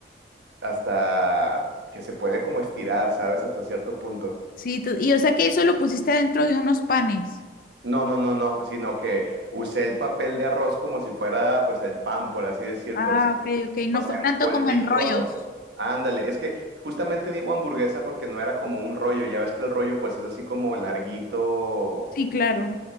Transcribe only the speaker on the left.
Sí, to- y o sea que eso lo pusiste adentro de unos panes.
Ah,
ok, ok, no
fue
tanto como en
rollos.
Sí, claro.